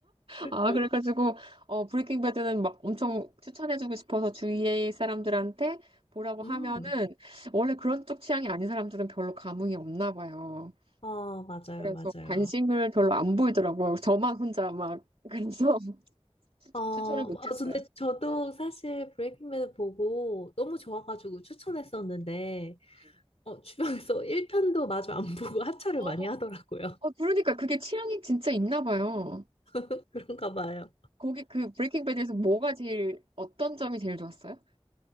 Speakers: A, on the left; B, on the right.
A: <laughs>
B: 아, 그래가지고, 어, 브레이킹 배드는 막 엄청 추천해주고 싶어서 주위의 사람들한테 보라고 하면은,
A: 음,
B: 원래 그런 쪽 취향이 아닌 사람들은 별로 감흥이 없나 봐요.
A: 어, 맞아요,
B: 그래서
A: 맞아요.
B: 관심을 별로 안 보이더라고요. 저만 혼자 막, 그래서 <laughs>
A: 어,
B: 추천을 못했어요.
A: 아, 근데 저도 사실 브레이킹 배드 보고 너무 좋아가지고 추천했었는데,
B: 네.
A: 어, 주변에서 <laughs> 1편도 마저 안 보고 하차를
B: 어,
A: 많이 하더라고요.
B: 어, 그러니까 그게 취향이 진짜 있나 봐요.
A: <laughs> 그런가 봐요.
B: 거기 그 브레이킹 배드에서 뭐가 제일, 어떤 점이 제일 좋았어요?